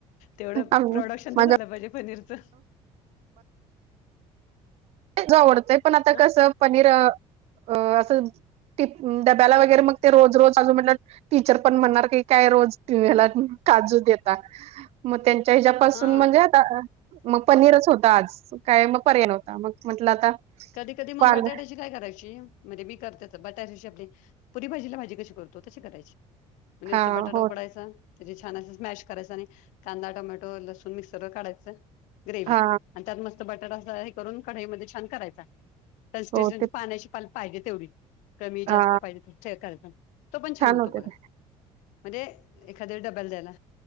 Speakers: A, on the left; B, on the right.
A: तेवढं
B: आम्ही
A: प्रोडक्शन
B: माझ्या
A: तर झालं पाहिजे पनीरचं.
B: ज आवडतंय पण आता
A: ह
B: कसं पनीर अ अ अस टिफ डब्याला वगैरे मग ते रोज रोज अजून म्हटलं टिचर पण म्हणणार की काय रोज तुम्ही ह्याला काजू देता. मग त्यांच्या ह्याच्यापासून
A: हा
B: म्हणजे आता मग पनीरच होता आज काय मग पर्याय नव्हता मग म्हटलं आता
A: कधी-कधी मग
B: पाल
A: बटाट्याची काय करायची म्हणजे मी करते आता बटाट्याची आपली पुरी भाजीला भाजी कशी करतो तशी करायची. नुसता
B: हा
A: बटाटा
B: हो
A: उकडायचा त्याची छान असच मॅश करायचं आणि कांदा, टोमॅटो, लसूण मिक्सर वर काढायचं. ग्रेव्ही,
B: हा
A: आणि त्यात मस्त बटाटा फ्राय करून कढईमध्ये छान करायचा. त्या स्टेशनची
B: हो ते
A: पाण्याची पाल पाहिजे तेवढी कमी जास्त
B: हा
A: पाहिजेत तर चेक करायचा, तो पण छान होतो
B: होते
A: बघा.
B: ते
A: म्हणजे एखाद्या डब्याला द्यायला